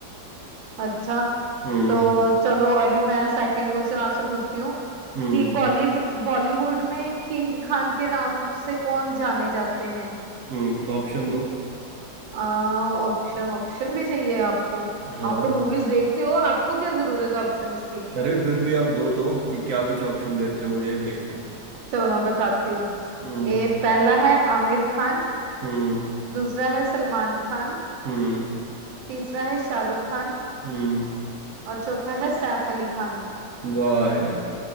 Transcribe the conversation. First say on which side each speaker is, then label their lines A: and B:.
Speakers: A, on the right; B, on the right.
A: अच्छा
B: हम्म
A: तो चलो अभी मैं सेकंड क्वेश्चन आपसे पूछती हूँ
B: हम्म
A: कि बॉलीवुड बॉलीवुड में किंग खान के नाम से कौन जाने जाते हैं
B: हम्म ऑप्शन दो
A: ऑप्शन ऑप्शन भी चाहिए आपको
B: हाँ
A: आप तो मूवीज देखते हो आपको क्या जरूरत है ऑप्शंस की
B: अरे फिर भी आप दो दो कि क्या कुछ ऑप्शन देते हो मुझे ये देखना है
A: चलो मैं बताती हूँ
B: हम्म
A: ए पहला है आमिर खान
B: हम्म
A: दूसरा है सलमान खान
B: हम्म
A: तीसरा है शाहरुख खान
B: हम्म
A: और चौथा है सैफ अली खान
B: वाह यार